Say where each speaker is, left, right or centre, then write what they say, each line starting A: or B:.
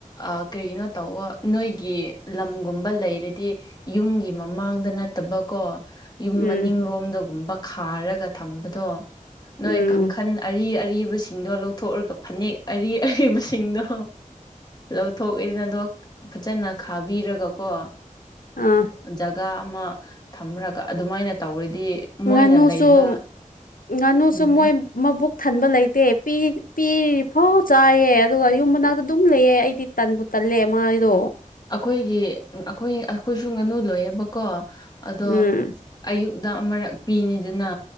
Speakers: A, on the left; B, on the left.
A: ꯑꯥ ꯀꯔꯤꯅꯣ ꯇꯧꯋꯣ ꯅꯣꯏꯒꯤ ꯂꯝꯒꯨꯝꯕ ꯂꯩꯔꯗꯤ ꯌꯨꯝꯒꯤ ꯃꯃꯥꯡꯗ ꯅꯠꯇꯕꯀꯣ ꯌꯨꯝ
B: ꯎꯝ
A: ꯃꯅꯤꯡꯔꯣꯝꯗꯒꯨꯝꯕ ꯈꯥꯔꯒ ꯊꯝꯕꯗꯣ ꯅꯣꯏ
B: ꯎꯝ
A: ꯀꯥꯡꯈꯟ ꯑꯔꯤ ꯑꯔꯤꯕꯁꯤꯡꯗꯣ ꯂꯧꯊꯣꯛꯎꯔꯒ ꯐꯅꯦꯛ ꯑꯔꯤ ꯑꯔꯤꯕꯁꯤꯡꯗꯣ ꯂꯧꯊꯣꯛꯑꯦꯗꯅꯗꯣ ꯐꯖꯅ ꯈꯥꯕꯤꯔꯒꯀꯣ
B: ꯑꯥ
A: ꯖꯒꯥ ꯑꯃ ꯊꯝꯔꯒ ꯑꯗꯨꯃꯥꯏꯅ ꯇꯧꯔꯗꯤ ꯃꯣꯏꯅ
B: ꯉꯥꯅꯨꯁꯨ
A: ꯂꯩꯕ
B: ꯉꯥꯅꯨꯁꯨ
A: ꯎꯝ
B: ꯃꯣꯏ ꯃꯕꯨꯛ ꯊꯟꯕ ꯂꯩꯇꯦ ꯄꯤ ꯄꯤꯔꯤ ꯐꯥꯎ ꯆꯥꯏꯌꯦ ꯑꯗꯨꯒ ꯌꯨꯝ ꯃꯅꯥꯛꯇ ꯗꯨꯝ ꯂꯩꯌꯦ ꯑꯩꯗꯤ ꯇꯟꯕꯨ ꯇꯜꯂꯦ ꯃꯥꯥꯏꯗꯣ
A: ꯑꯈꯣꯏꯒꯤ ꯑꯈꯣꯏ ꯑꯈꯣꯏꯁꯨ ꯉꯅꯨ ꯂꯣꯏꯌꯦꯕꯀꯣ ꯑꯗꯣ
B: ꯎꯝ
A: ꯑꯌꯨꯛꯗꯥ ꯑꯃꯔꯛ ꯄꯤꯅꯤꯗꯅ